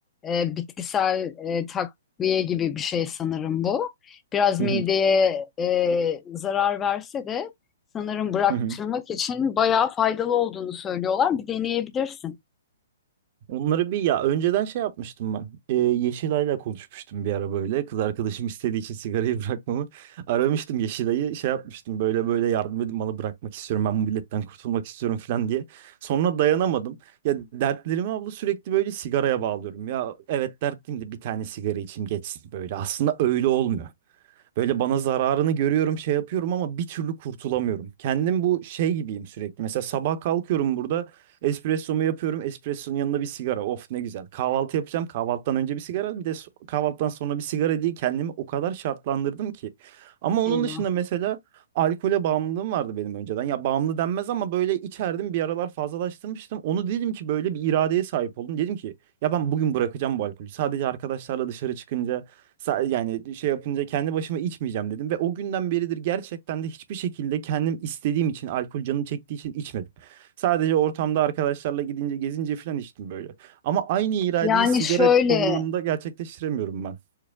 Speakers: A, on the left; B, on the right.
A: Ee, bitkisel e, takviye gibi bir şey sanırım bu. Biraz
B: hı
A: mideye
B: hı,
A: e, zarar verse de sanırım bıraktırmak
B: hı hı.
A: için bayağı faydalı olduğunu söylüyorlar. Bir deneyebilirsin.
B: Onları bir ya önceden şey yapmıştım ben. Ee, Yeşilay'la konuşmuştum bir ara böyle. Kız arkadaşım istediği için sigarayı <laughs> bırakmamı aramıştım Yeşilay'ı şey yapmıştım böyle böyle yardım edin bana bırakmak istiyorum ben bu illetten kurtulmak istiyorum falan diye. Sonra dayanamadım. Ya dertlerimi abla sürekli böyle sigaraya bağlıyorum. Ya evet dertliyim de bir tane sigara içeyim geçsin böyle. Aslında öyle olmuyor. Böyle bana zararını görüyorum, şey yapıyorum ama bir türlü kurtulamıyorum. Kendim bu şey gibiyim sürekli. Mesela sabah kalkıyorum burada, espressomu yapıyorum, espressonun yanında bir sigara. Of ne güzel. Kahvaltı yapacağım. Kahvaltıdan önce bir sigara, bir de so- kahvaltıdan sonra bir sigara diye kendimi o kadar şartlandırdım ki. Ama onun
A: Eyvah.
B: dışında mesela alkole bağımlılığım vardı benim önceden. Ya bağımlı denmez ama böyle içerdim bir aralar fazlalaştırmıştım. Onu dedim ki böyle bir iradeye sahip oldum. Dedim ki ya ben bugün bırakacağım bu alkolü. Sadece arkadaşlarla dışarı çıkınca Sa- Yani şey yapınca kendi başıma içmeyeceğim dedim ve o günden beridir gerçekten de hiçbir şekilde kendim istediğim için alkol canım çektiği için içmedim. Sadece ortamda arkadaşlarla gidince gezince falan içtim böyle. Ama aynı iradeyi
A: Yani
B: sigara
A: şöyle
B: kullanımında gerçekleştiremiyorum ben.